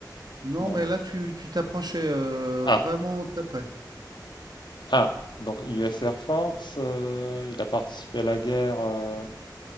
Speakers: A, on the right (about 65°); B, on the left (about 80°).
A: Non,
B: Non.
A: mais là, tu, tu t'approchais euh,
B: Ah,
A: vraiment très près.
B: Ah, donc US Air Force, euh, il a participé à la guerre euh,